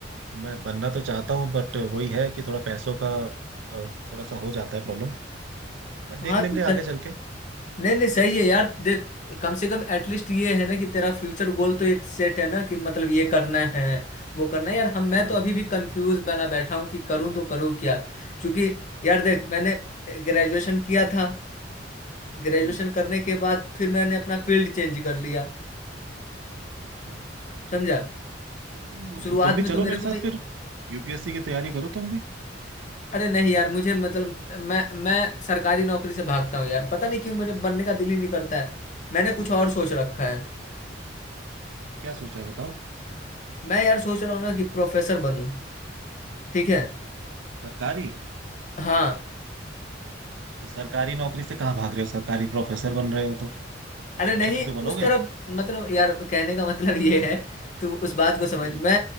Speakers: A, on the right; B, on the left.
A: मैं बनना तो चाहता हूँ बट वही है कि थोड़ा पैसों का अ, थोड़ा सा हो जाता है प्रॉब्लम बट देख
B: हाँ
A: लेंगे
B: तो
A: आगे चल के
B: नहीं नहीं सही है यार देख कम से कम एटलीस्ट ये है ना कि तेरा फ्यूचर गोल तो एक सेट है ना कि मतलब ये करना है वो करना है यार हम मैं
A: हाँ
B: तो अभी भी कंफ्यूज बना बैठा हूँ कि करूँ तो करूँ क्या क्योंकि यार देख मैंने ग्रेजुएशन किया था ग्रेजुएशन
A: हम्म
B: करने के बाद फिर मैंने अपना फील्ड चेंज कर लिया
A: अच्छा
B: समझा
A: तो तुम
B: शुरुआत
A: तुम भी
B: में
A: चलो
B: तो मेरे
A: मेरे
B: को
A: साथ
B: भी
A: फिर यूपीएससी की तैयारी करो तुम भी
B: अरे नहीं यार मुझे मतलब मैं मैं सरकारी नौकरी से भागता हूँ यार पता नहीं क्यों मेरे बनने का दिल ही नहीं करता है मैंने कुछ और सोच रखा है
A: क्या सोचा है बताओ
B: मैं यार सोच रहा हूँ ना कि प्रोफेसर बनूं ठीक है
A: सरकारी
B: हाँ
A: तो सरकारी नौकरी से कहाँ भाग रहे हो सरकारी प्रोफेसर बन रहे हो तो
B: अरे
A: शिक्षक
B: नहीं
A: ही तो बनोगे
B: उस तरफ मतलब यार कहने का मतलब ये है तू उस बात को समझ
A: हम्म
B: मैं